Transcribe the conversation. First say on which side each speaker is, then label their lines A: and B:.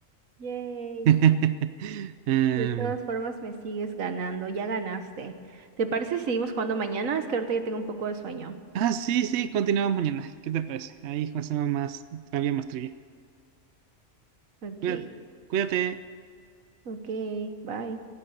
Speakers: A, on the right; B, on the right.
A: Yay.
B: <laughs> Em,
A: De todas formas, me sigues ganando. Ya ganaste. ¿Te parece si seguimos jugando mañana? Es que ahorita ya tengo un poco de sueño.
B: ah, sí, sí, continuamos mañana. ¿Qué te parece? Ahí hacemos más, todavía más trivia.
A: Ok,
B: Cuídate. cuídate.
A: ok, bye.